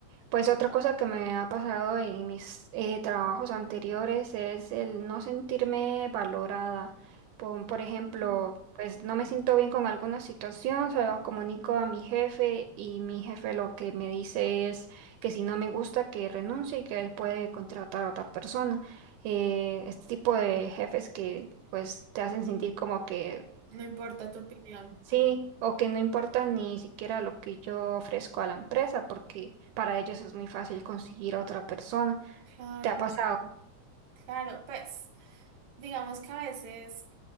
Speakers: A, on the right; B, on the right.
A: pues otra cosa que me ha pasado en mis eh, trabajos anteriores es el no sentirme valorada. Por, por ejemplo,
B: Mm,
A: pues
B: ok.
A: no me siento bien con alguna situación, se lo comunico a mi jefe y mi jefe lo que me dice es que si no me gusta que renuncie y que él puede contratar a otra persona. Eh, este tipo de jefes que pues te hacen sentir como que
B: No importa tu opinión.
A: Sí, o que no importa ni siquiera lo que yo ofrezco a la empresa, porque para ellos es muy fácil conseguir a otra persona.
B: Claro,
A: ¿Te ha pasado?
B: claro. Pues digamos que a veces